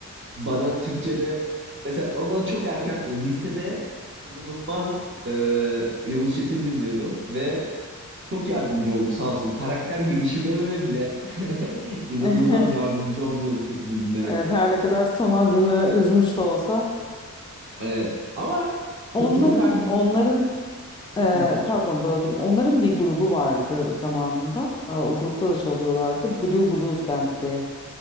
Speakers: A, on the right (about 40°); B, on the left (about 15°).
A: bana Türkçe'de mesela ona çok erken lisede inanılmaz e, Yavuz Çetin dinliyordum ve çok yardımcı oldu sağ olsun. Karakter gelişimime bile <laughs> inanılmaz
B: <laughs>
A: yardımcı oldu Yavuz Çetin'i dinlemek.
B: Evet her ne kadar son albümü üzmüş de olsa.
A: Evet. Ama satılık
B: Onların
A: albüm
B: onların Ee,
A: Hı
B: pardon böldüm. Onların bir grubu vardı zamanında. Aa, O grupta da çalıyorlardı. Blue Blues Band diye.